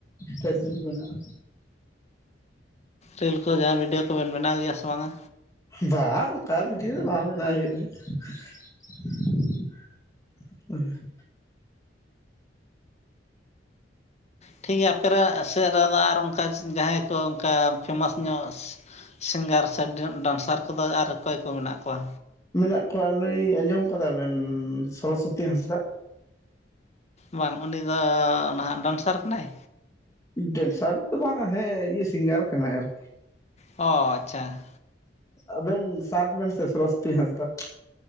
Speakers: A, on the left; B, on the left.
A: ᱯᱷᱮᱥᱵᱩᱠ ᱢᱮᱱᱟᱜᱼᱟ᱾
B: ᱨᱤᱞ ᱠᱚ ᱡᱟᱦᱟᱸ ᱵᱷᱤᱰᱭᱳ ᱠᱚᱵᱮᱱ ᱵᱮᱱᱟᱣ ᱜᱮᱭᱟ ᱥᱮ ᱵᱟᱝ-ᱟ?
A: ᱵᱟᱝ, ᱚᱱᱠᱟ ᱵᱷᱤᱰᱭᱳ ᱫᱚ ᱵᱟᱝ ᱵᱮᱱᱟᱣ ᱦᱩᱭᱩᱜᱼᱟ᱾ <unintelligible>
B: ᱴᱷᱤᱠ ᱜᱮᱭᱟ ᱟᱯᱮ <unintelligible> ᱥᱮᱫ ᱨᱮᱱ ᱟᱨ ᱚᱱᱠᱟ ᱡᱟᱦᱟᱸᱭ ᱠᱚ ᱚᱱᱠᱟ ᱯᱷᱮᱢᱟᱥ ᱧᱚᱜ ᱥᱤᱝᱜᱟᱨ ᱥᱮ ᱰᱟᱱᱥᱟᱨ ᱠᱚᱫᱚ ᱟᱨ ᱚᱠᱚᱭ ᱠᱚ ᱢᱮᱱᱟᱜ ᱠᱚᱣᱟ?
A: ᱢᱮᱱᱟᱜ ᱠᱚᱣᱟ ᱱᱩᱭ ᱟᱸᱡᱚᱢ ᱟᱠᱟᱫᱟ ᱵᱮᱱ ᱥᱚᱨᱚᱥᱚᱛᱤ ᱦᱟᱸᱥᱫᱟᱜ?
B: ᱵᱟᱝ, ᱩᱱᱤ ᱫᱚ ᱱᱟᱦᱟᱜ ᱰᱟᱱᱥᱟᱨ ᱠᱟᱱᱟᱭ?
A: ᱰᱮᱱᱥᱟᱨ ᱫᱚ ᱵᱟᱝ, ᱦᱮᱸ ᱤᱭᱟᱹ ᱥᱤᱝᱜᱟᱨ ᱠᱟᱱᱟᱭ ᱟᱨᱠᱤ᱾
B: ᱚ, ᱟᱪᱷᱟ᱾
A: ᱟᱵᱮᱱ ᱥᱟᱨᱪ ᱵᱮᱱᱥᱮ ᱥᱚᱨᱚᱥᱚᱛᱤ ᱦᱟᱸᱥᱫᱟ᱾